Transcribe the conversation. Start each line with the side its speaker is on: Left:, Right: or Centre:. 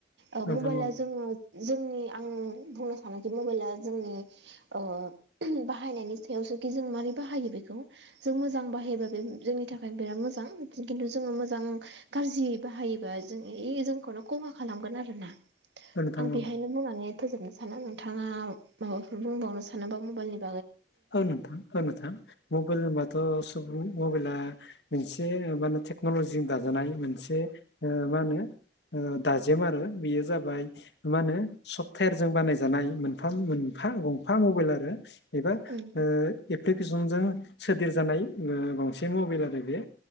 Right: ओ
Left: नोंथां
Right: मबाइला
Left: औ
Right: जोङो जोंनि आं बुंनो सानोखि मबाइला जोंनि ओ बाहायनायनि सायावसोखि जों माबारै बाहायो बेखौ जों मोजां बाहायबा बे जोंनि थाखाय बिराद मोजां खिन्थु जोङो मोजां गाज्रि बाहायोबा जों इ जोंखौनो खहा खालामगोन आरो ना
Left: नोंथां
Right: आं बेहायनो
Left: औ
Right: बुंनानै फोजोबनो सानो नोंथाङा माबाफोर बुंबावनो सानोबा मबाइल नि
Left: औ नोंथां औ नोंथा मबाइल होनबाथ' सुबुं मबाइला मोनसे ओ मा होनो टेक्न'लजिजों दाजानाय मोनसे ओ मा होनो ओ दाजेम आरो बेयो जाबाय मा होनो सफ्टवेरजों बानायजानाय मोनफा मोनफा गंफा मबाइल आरो एबा ओ
Right: उम
Left: एप्लिकेसनजों सोदेर जानाय गंसे मबाइल आरो बे